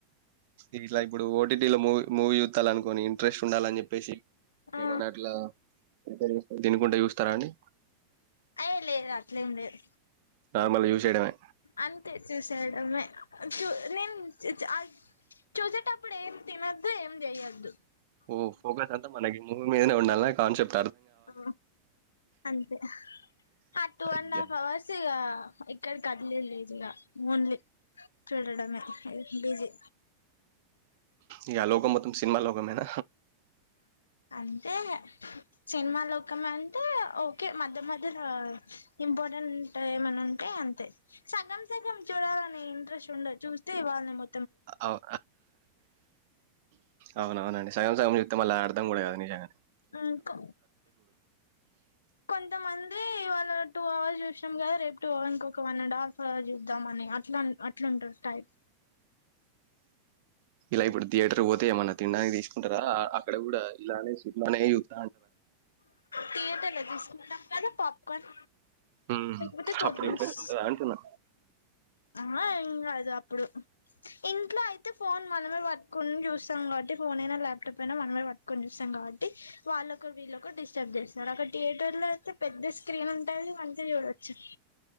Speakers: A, on the right; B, on the left.
A: ఇట్లా ఇప్పుడు ఓ టీ టీ లో మూవీ మూవీ తలనుకొని ఇంట్రెస్ట్ ఉండాలని చెప్పేసి
B: ఆ
A: ఏమన్న అట్లా ప్రిపేర్ తినుకుంట చూస్తారా అండి
B: అయ్యో లేదు అట్లెం లేదు
A: నార్మల్గా చూసేయడమే
B: అంతే చూసెడమే చూ నేను చూ చా ఆ చూసేటప్పుడు ఏం తినొద్దు ఏం చేయొద్దు
A: ఓ ఫోకస్ అంతా మన ఈ మూవి మీదనే ఉండాల్న కాన్ చెెప్
B: ఆ అంతే ఆ టూ
A: అయ్యా
B: అండ్ హాఫ్ అవర్స్ ఇగ ఇక్కడ కదిలింది ఇంగ ఓన్లీ చూడడమే బిజీ
A: ఇగ లోకం మొత్తం సినిమా లోకమేన
B: అంతే సినిమా లోకం అంటే ఓకే మధ్య మధ్య ఇంపార్టెంట్ ఏమని ఉంటే అంతే సగం సగం చూడాలని ఇంట్రెస్ట్ ఉండదు చూస్తే ఇవాళ మొ
A: అవు అవున అవునండి సగ సగం చెప్తే మళ్ళ అర్ధం కూడా కాదు నిజంగా
B: అన్కో కొంతమంది వాళ్ళ టూ అవర్స్ చూసాం కదా రేపు టూ అవర్స్ ఒక వన్ అండ్ హాఫ్ అవర్ చూద్దామని అట్లా అట్లాంటారు టైప్
A: ఇలా ఇప్పుడు థియేటర్ పోతే ఏమన్నా తిన్డానికి తీసుకుంటారా అక్కడ కూడా ఇలానే <unintelligible>
B: థియేటర్లో జూస్ గదే పాప్కాన్
A: మ్మ్.
B: లేక్పోతే కూల్
A: అప్పుడు
B: డ్రింగ్స్
A: ఇంట్రెస్ట్ ఉంటదా అంటున్నా
B: ఆ ఏం కాదు అప్పుడు ఇంట్లో అయితే ఫోన్ మనమే పట్టుకొని చూస్తాం. కాబట్టి ఫోన్ అయినా ల్యాప్టాప్ అయినా మనమే పట్టుకొని చూస్తాం కాబట్టి వాళ్ళకు వీళ్ళ ఒక డిస్టర్బ్ చేస్తారు. ఒక థియేటర్ లో అయితే పెద్ద స్క్రీన్ ఉంటుది మంచిగ్ చూడొచ్చు.